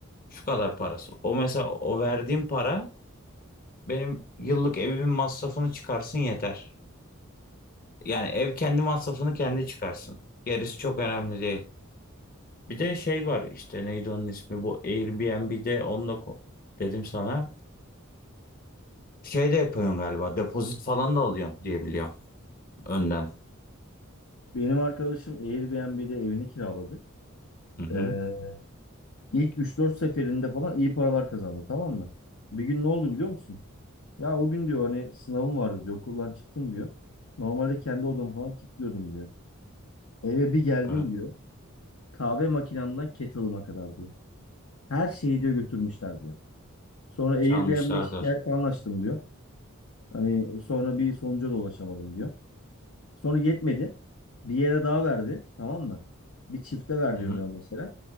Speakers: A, on the left; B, on the left.
A: Şu kadar parası. O mesela o verdiğim para benim yıllık evimin masrafını çıkarsın yeter. Yani ev kendi masrafını kendi çıkarsın. Gerisi çok önemli değil. Bir de şey var işte neydi onun ismi bu Airbnb'de onunla ko- dedim sana. Şey de yapıyorsun galiba depozit falan da alıyorsun diye biliyorum önden.
B: Benim arkadaşım Airbnb'de evini kiraladı.
A: Hı hı.
B: Ee, ilk 3-4 seferinde falan iyi paralar kazandı tamam mı? Bir gün ne oldu biliyor musun? Ya o gün diyor hani sınavım vardı diyor okuldan çıktım diyor. Normalde kendi odamı falan kilitliyordum diyor. Eve bir geldim
A: Evet
B: diyor. Kahve makinamdan kettle'ıma kadar diyor. Her şeyi diyor götürmüşler diyor. Sonra Airbnb'ye
A: çalmışlardır.
B: şikayet falan açtım diyor. Hani sonra bir sonuca da ulaşamadım diyor. Sonra yetmedi. Bir yere daha verdi. Tamam mı? Bir çifte ver
A: Hı
B: diyor
A: hı.
B: mesela.